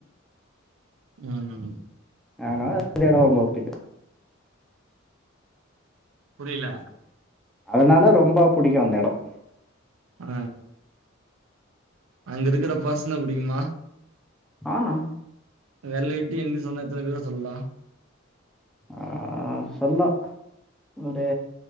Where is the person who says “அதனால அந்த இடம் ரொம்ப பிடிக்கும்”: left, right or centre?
Centre